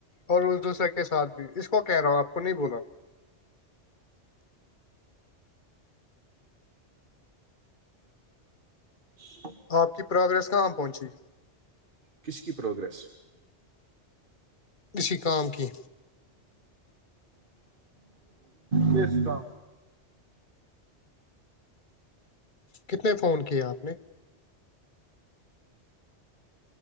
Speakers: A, on the left; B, on the right.
A: اور اس دوسرے کے ساتھ بھی اس کو کہہ رہا ہوں آپ کو نہیں بولا
B: ش
A: آپ کی پروگرس کہاں پہنچی
B: کس کی پروگریس
A: اسی کام کی
B: کیس کا
A: کتنے فون کی آپ نے